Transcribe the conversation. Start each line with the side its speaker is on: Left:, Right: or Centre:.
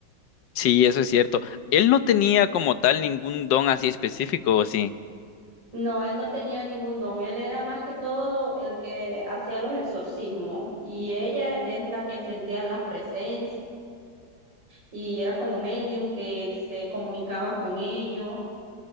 Left: Sí, eso es cierto. Él no tenía como tal ningún don así específico, ¿o sí?
Right: No, él no tenía ningún don, él era más que todo el que hacía los exorcismos y ella es la que sentía las presencias y era como medium que se comunicaba con ellos.